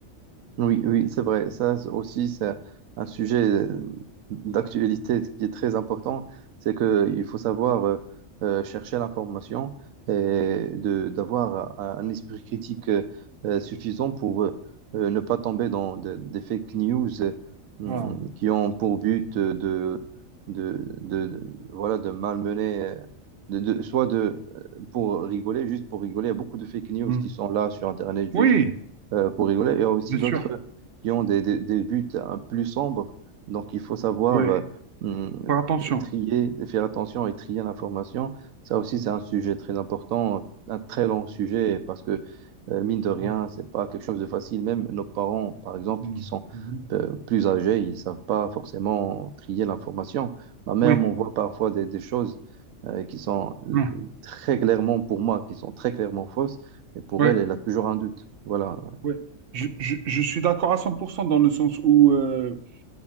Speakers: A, on the right; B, on the right.
A: Oui, oui, c'est vrai. Ça c'est aussi, c'est un sujet euh, d'actualité qui est très important. C'est qu'il faut savoir euh, euh, chercher l'information et de, d'avoir un, un esprit critique euh, euh, suffisant pour euh, euh, ne pas tomber dans de- des fake news euh, hum,
B: Voilà.
A: qui ont pour but euh, de, de, de, de- voilà, de malmener, euh, de, de- soit de, euh, pour rigoler, juste pour rigoler. Il y a beaucoup de fake news
B: Mm.
A: qui sont là sur Internet juste
B: Oui,
A: euh, pour rigoler. Il y a aussi
B: bien
A: d'autres
B: sûr.
A: qui ont des, des, des buts hein, plus sombres. Donc, il faut savoir
B: Oui,
A: euh, hum,
B: faire attention.
A: trier, faire attention et trier l'information. Ça aussi, c'est un sujet très important, un très long sujet, parce que, euh, mine de rien,
B: Mm.
A: c'est pas quelque chose de facile. Même nos parents, par exemple,
B: Mm.
A: qui sont
B: Mhm.
A: euh, plus âgés, ils savent pas forcément trier l'information. Ma mère
B: Oui,
A: m'envoie parfois des, des choses euh, qui sont euh,
B: Mm.
A: très clairement pour moi, qui sont très clairement fausses, mais pour
B: oui,
A: elle, elle a toujours un doute. Voilà,
B: oui. Je, je- je suis d'accord à 100% dans le sens où, euh,